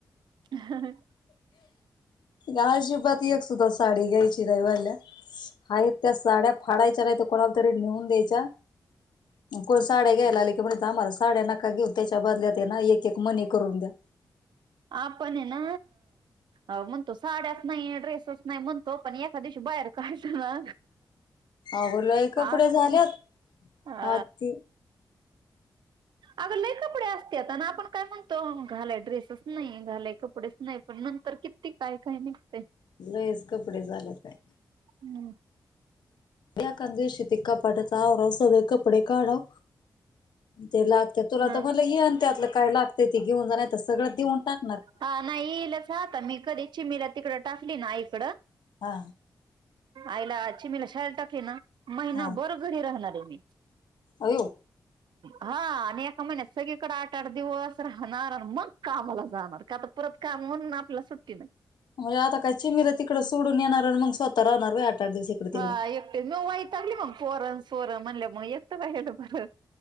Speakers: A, on the right; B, on the left.
A: ह
B: ग अजिबात एक सुद्धा साडी घ्यायची दईवाल्या हा त्या साड्या फाडायच्या नाहीत कोणाला तरी लिहून द्यायच्या कोणी साड्या घ्यायला आले की म्हण आम्हाला साड्या नका घेऊ त्याच्या बदल्यात ना एक एक मनी करून द्या
A: अपण ना अ म्हणतो साड्याच नाही ड्रेसच नाही म्हणतो पण एखका दिवशी बाहेर काढत ना
B: अगं लय कपडे
A: आ
B: झाल्यात
A: कती हा
B: आती
A: अग लले कपडे असते आता ना आपण काय म्हणतो घालाय ड्रेस नाही घालाय कपडेच नाही पण नंतर किती काय काय निघतय
B: लयच कपडे झालेच आहे
A: हम्
B: एकाच दिवशी ते कपाटच आवरायचं सगळे कपडे काढवं तेला त्या तुला
A: ह
B: तर म्हलं येन त्यातलं काय लागते ते घेऊन जाण तर सगळं देऊन टाक
A: ह नाही येईलचहता मी कधी चिमला तिकडं टाासली ना इकडं
B: हा
A: आईला चि मला शाल टाके ना महिनाभर
B: हा
A: घरी राहणारे ह
B: अयो
A: हा आणि एका महिन्यात सगळीकडे आठ आठ दिवस राहणार मग कामाला जाणार काता परत काम म्हणून आपल्याला सुट्टी नाही
B: म्हणजे आता काय चिममीर तिकडं सोडून येणार आणि मग स्वतः राहणार आठ दिवस इकडं तिकडं.
A: हा एकटेच मी वाईटगली मग फोरण सोरण म्हणल्या मग एकटं कायलं बर